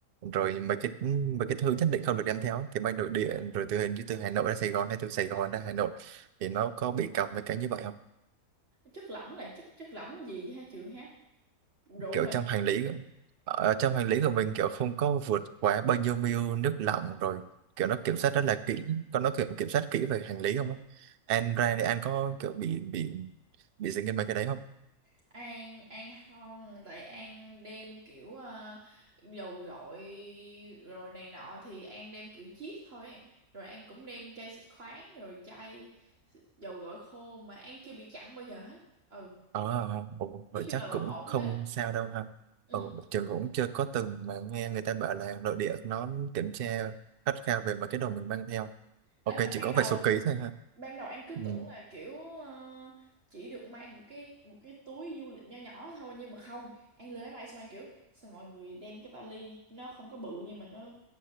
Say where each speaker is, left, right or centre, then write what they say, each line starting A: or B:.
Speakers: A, on the right (about 65°); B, on the right (about 45°).
A: rồi mấy cái mấy cái thứ nhất định không được đem theo á. thì bay nội địa rồi từ hình như từ Hà Nội ra Sài Gòn hay từ Sài Gòn ra Hà Nội thì nó có bị cấm mấy cái như vậy không?
B: chất lỏng là chất chất lỏng gì hả trường ha rượu
A: Kiểu trong hành lý ở trong hành lý của mình kiểu không có vượt quá bao nhiêu ml nước lỏng rồi kiểu nó kiểm soát rất là kỹ, có nó kiểm kiểm soát kỹ về hành lý không? á? An ra thì An có kiểu bị bị bị dính đến mấy cái đấy không?
B: An An không tại An đem kiểu ờ, dầu gội rồi này nọ thì An đem kiểu chiết thôi ấy. Rồi An cũng đem chai xịt khoáng rồi chai s- dầu gội khô mà An chưa bị chặn bao giờ hết ừ
A: ờ ồ
B: nói
A: vậy
B: chung
A: chắc
B: là vẫn
A: cũng
B: ổn
A: không
B: hết á
A: sao đâu ha
B: ừ
A: ừ, trường cũng chưa có từng mà nghe người ta bảo là nội địa nó kiểm tra khắt khe về mấy cái đồ mình mang theo
B: ấy
A: ok
B: mà ban
A: chỉ có
B: đầu
A: vài số ký thôi ha
B: ban đầu anh cứ
A: ừ.
B: tưởng là kiểu ờ, chỉ được mang một cái một cái túi du lịch nho nhỏ thôi nhưng mà không anh lên máy bay xong anh kiểu sao mọi người đem cái vali nó không có bự nhưng mà nó